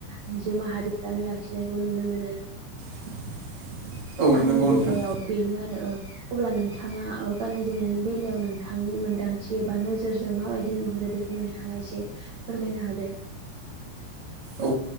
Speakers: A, on the right; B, on the right.
A: आइजो माहारिफ्रानो लाखिनायखौ नुनो मोनो।
B: <inaudible>
A: आंनि
B: नंगौ
A: बेलायाव
B: नोंथां
A: बेनो आरो ओ अब्ला नोंथाङा गाननाय-जोमनायनि बेलायाव नोंथांनि मोन्दांथि एबा नोजोरजों माबायदि नुहुरो बेखौ नोंथाङा एसे फोरमायनो होदो?
B: औ